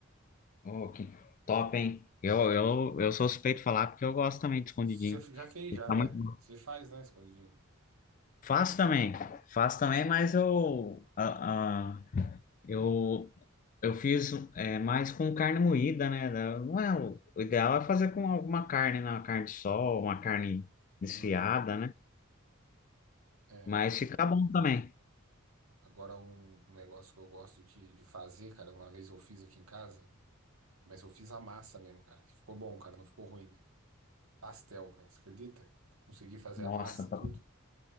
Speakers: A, on the left; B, on the right.
A: Oh, que top, hein? Eu, eu, eu sou suspeito de falar porque eu gosto também de escondidinho.
B: Você já fez,
A: Fica
B: já, né?
A: muito bom.
B: Você faz, né, escondidinho?
A: Faço também, faço também, mas eu, a- a- eu Eu fiz é, mais com carne moída, né? da- Não é, o o ideal é fazer com alguma carne, né? Uma carne de sol, uma carne desfiada,
B: Uhum.
A: né?
B: É.
A: Mas fica bom também.
B: Agora, um um negócio que eu gosto de, de fazer, cara, uma vez eu fiz aqui em casa, mas eu fiz a massa mesmo, cara. Ficou bom, cara, não ficou ruim, velho. Pastel, cara, você acredita? Consegui fazer
A: Nossa,
B: a massa,
A: pa-
B: tudo.